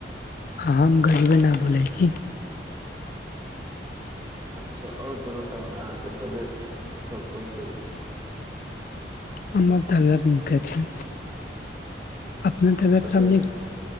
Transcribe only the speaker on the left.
हम गजेबे न बोलै छी
हमर तबियत नीक छै। अपने
सब